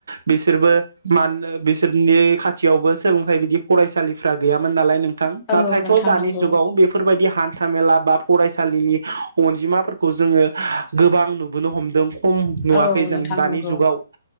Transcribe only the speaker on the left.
औ नोंथां
नंगौ
औ
नोंथां
नंगौ